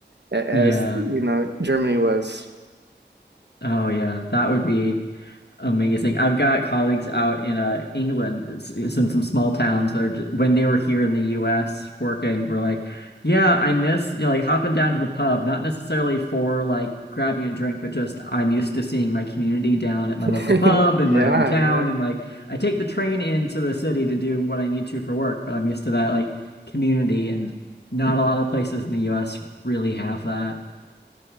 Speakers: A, on the right (about 70°); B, on the left (about 65°).
A: a- as,
B: Yeah.
A: you know, Germany was.
B: Oh yeah, that would be Amazing. I've got colleagues out in uh, England, it's, it's in some small towns that are j when they were here in the US working, were like, yeah, I miss you know, like hopping down to the pub, not necessarily for like grabbing a drink, but just I'm used to seeing my community down at my
A: <laughs>
B: local pub in
A: Yeah,
B: my hometown,
A: yeah.
B: and like I take the train into the city to do what I need to for work, but I'm used to that like community, and not a lot of places in the US really have that.